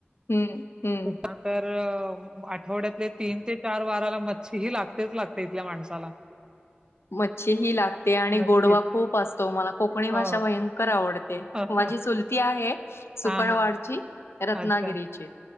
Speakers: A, on the left; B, on the right.
A: हम् हम्
B: उपमा तर आठवड्यातले तीन ते चार वाराला छ ही लागतेच लागते इथल्या माणसाला
A: मच्छी ही लागते आणि
B: नक्कीच
A: गोडवा खूप असतो मला कोकणी भाषा
B: हो
A: भयंकर आवडते
B: हो
A: माझी चूलती आहे सुकणवाडची
B: हा हा
A: रत्नागिरीचे
B: अच्छा